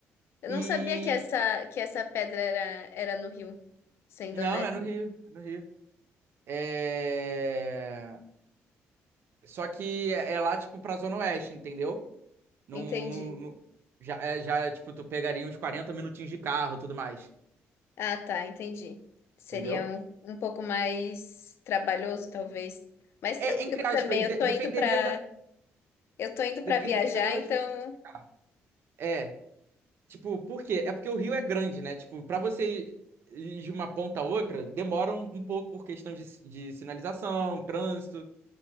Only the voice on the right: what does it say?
E
não,
é no Rio, é no Rio. É só que é lá tipo pra Zona Oeste, entendeu? Não,
não, não- já é, já é, tipo tu pegaria uns 40 minutinhos de carro, tudo mais,
entendeu?
É, entre
aspas,
de-
dependeria
da
dependeria
da onde
você fosse ficar. É, Tipo, por quê? É porque o rio é grande, né? Tipo, pra você ir de uma ponta a outra, demora um, um pouco por questão de, de sinalização, trânsito.